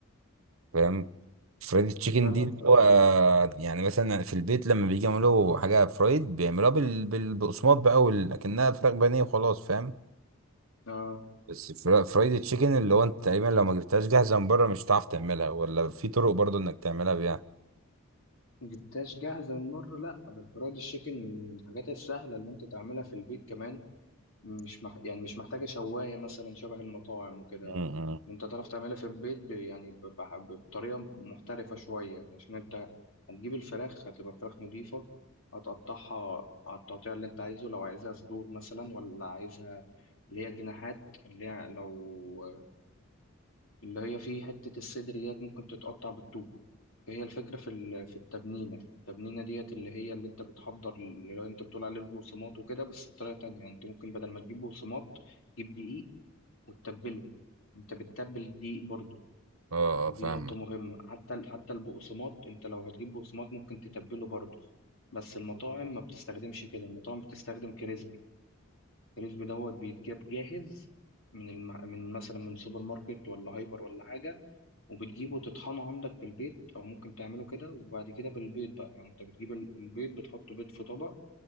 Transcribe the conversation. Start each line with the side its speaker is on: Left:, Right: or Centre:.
Right: فاهم فرايد تشيكن
Left: نعلى
Right: دي
Left: على
Right: اللي
Left: الفرايد
Right: هو
Left: تشيكن
Right: يعني مثلا في البيت لما بيجي يعملوا حاجه فرايد بيعملوها بال... بال... بالبقسماط بقى وال... لكنها فراخ بانيه وخلاص فاهم
Left: اه
Right: بس فرا- فرايد تشيكن اللي هو انت تقريبا لو ما جبتهاش جاهزه من بره مش هتعرف تعملها ولا في طرق برضو انك تعملها بيها
Left: جبتهاش جاهزة من مرة لا ده الفرايد تشيكن من الحاجات السهلة اللي انت تعملها في البيت كمان مش مح... يعني مش محتاجة شواية مثلا شبه المطاعم وكده
Right: امم
Left: انت تعرف تعملها في البيت ب... يعني ب... بح- بطريقة محترفة شوية يعني عشان انت هتجيب الفراخ هتبقى فراخ نضيفة هتقطعها على التقطيع اللي انت عايزه لو عايزها صدور مثلا ولا عايزها اللي هي جناحات اللي هي لو اللي هي فيه حتة الصدر ديت ممكن تتقطع بالطول هي الفكرة في ال- في التبنينة التبنينة ديت اللي هي اللي انت بتحضر اللي انت بتقول عليه البقسماط وكده بس بطريقة تانية يعني انت ممكن بدل ما تجيب بقسماط تجيب دقيق وتتبله انت بتتبل الدقيق برضو
Right: اه
Left: ودي
Right: اه فاهمك
Left: نقطة مهمة حتى ال- حتى البقسماط انت لو هتجيب بقسماط ممكن تتبله برضو بس المطاعم ما بتستخدمش كده المطاعم بتستخدم كريسبي الكريسب دوت بيتجاب جاهز من الم... من مثلا من سوبر ماركت ولا هايبر ولا حاجة وبتجيبه تطحنه عندك في البيت أو ممكن تعمله كده وبعد كده بالبيض بقى يعني أنت بتجيب ال- البيض بتحط بيض في طبق